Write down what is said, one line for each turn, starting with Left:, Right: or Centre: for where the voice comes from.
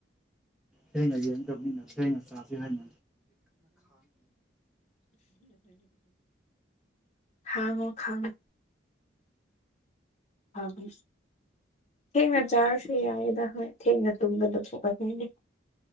Centre: ꯁꯦꯡꯉ ꯇꯅꯤ ꯁꯦꯡꯉ ꯆꯦ ꯍꯥꯏꯦꯡ
Left: ꯈꯥꯉꯣ ꯈꯥꯡꯉꯣ ꯍꯕꯨ ꯊꯦꯡꯅ ꯆꯥꯔꯁꯨ ꯌꯥꯏꯦꯗ ꯍꯣꯏ ꯊꯦꯡꯅ ꯇꯨꯝꯒꯗ ꯊꯣꯛꯑꯣꯏꯅꯦ